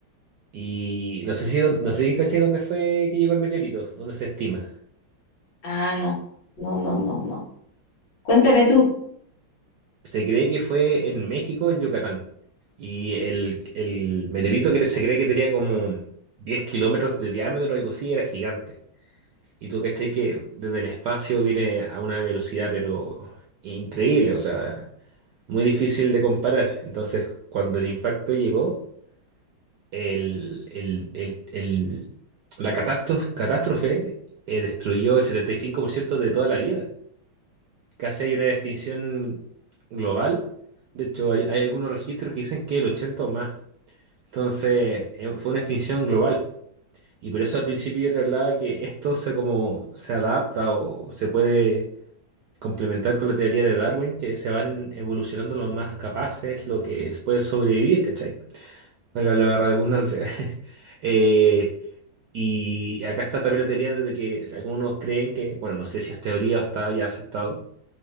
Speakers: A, on the right; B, on the left.
A: Y no sé si, don- no sé si cachai dónde fue que llegó el meteorito, dónde se estima.
B: Ah, no, no, no, no, no. Cuéntame tú.
A: Se cree que fue en México, en Yucatán. Y el, el meteorito que se cree que tenía como 10 kilómetros de diámetro o algo así, era gigante. Y tú cachai que desde el espacio viene a una velocidad pero increíble, o sea, muy difícil de comparar. Entonces, cuando el impacto llegó, el, el, el, el- la catástrofe, catástrofe eh, destruyó el 75% de toda la vida. Casi hay una distinción global. De hecho, hay, hay algunos registros que dicen que el 80 o más. Entonces, eh, fue una extinción global. Y por eso al principio yo te hablaba que esto se como se adapta o se puede complementar con la teoría de Darwin, que se van evolucionando los más capaces, los que pueden sobrevivir, ¿cachai? Valga la redundancia. <laughs> Eh, y acá está también la teoría de que algunos creen que, bueno, no sé si es teoría o está ya aceptado